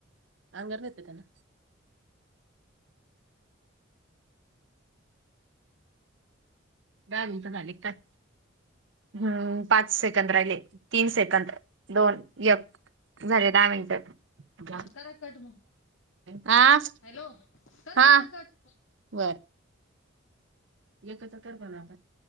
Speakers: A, on the right; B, on the left.
A: अंगरेतना द मिटं झाले काच हम्म पाच सेकंद राहिले तीन सेकंद दोन य झाले दहा मिचात
B: हा करा कट मग
A: हा
B: हॅलो कर
A: हा
B: पूजा कट.
A: बरं एकच तर बघ आपण